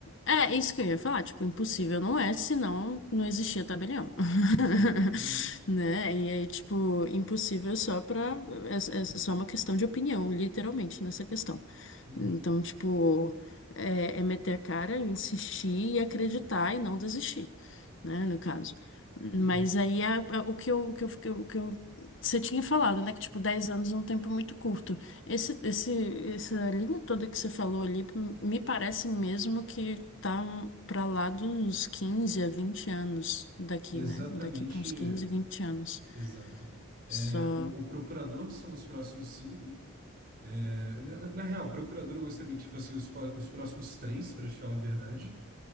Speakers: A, on the left; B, on the right.
A: É, isso que eu ia falar, tipo, impossível não é, senão não existia tabelião. <laughs>
B: Sim. Uhum.
A: Né? E aí, tipo, impossível é só pra. É, é só uma questão de opinião, literalmente, nessa questão.
B: Uhum.
A: Então, tipo, é, é meter a cara, insistir e acreditar e não desistir, né? No caso. Mas
B: Uhum.
A: aí a- a- o que eu, o que eu, fiquei- o que eu, você tinha falado, né? Que, tipo, 10 anos é um tempo muito curto. Esse, esse, essa linha toda que você falou ali, m- me parece mesmo que tá um- pra lá dos 15 a vinte anos daqui,
B: Exatamente,
A: né? Daqui pra uns 15 20 anos.
B: exato.
A: Só.
B: É, o, o procurador são os próximos cinco. É, na, na- na real, procurador eu gostaria que fossem os, po- os próximos três, para te falar a verdade.